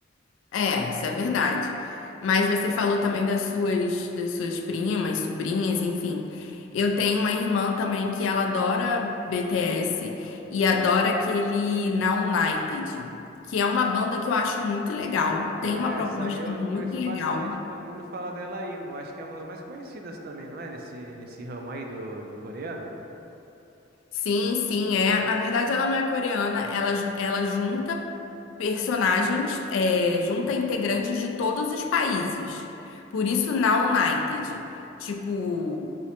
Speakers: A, on the left; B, on the right.
A: É, isso é verdade. Mas você falou também das suas, das suas primas, sobrinhas, enfim. Eu tenho uma irmã também que ela adora BTS e adora aquele Now United, que é uma banda que eu acho muito legal.
B: Ah,
A: Tem uma
B: essa
A: proposta
B: aí eu
A: muito
B: conheço
A: legal.
B: bastante, todo mundo fala dela aí, eu acho que é uma das mais conhecidas também, não é? Nesse, nesse ramo aí do, do coreano.
A: Sim, sim, é. Na verdade, ela não é coreana, ela, ju- ela junta personagens, é, junta integrantes de todos os países. Por isso, Now United. Tipo.